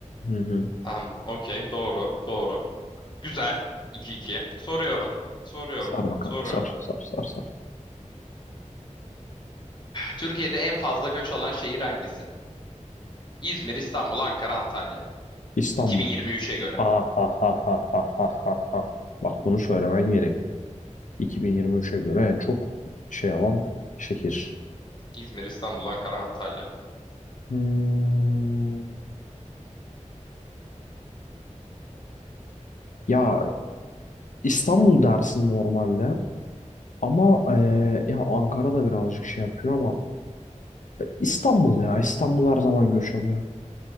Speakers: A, on the left (about 80°); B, on the left (about 35°).
A: Hı hı.
B: Tamam, okey, doğru, doğru. Güzel. 2-2. Soruyorum, soruyorum,
A: Sar bakalım.
B: soruyorum.
A: Sar, sar, sar, sar.
B: Türkiye'de en fazla göç alan şehir hangisi? İzmir, İstanbul, Ankara, Antalya.
A: İstanbul.
B: 2023'e göre.
A: Ha ha ha ha ha ha ha. ha. Bak bunu söylemen gerek. 2023'e göre en çok şey alan şehir.
B: İzmir, İstanbul, Ankara, Antalya.
A: Hmm, ya İstanbul dersin normalde ama eee ya Ankara da birazcık şey yapıyor ama İstanbul ya İstanbul her zaman göç alıyor.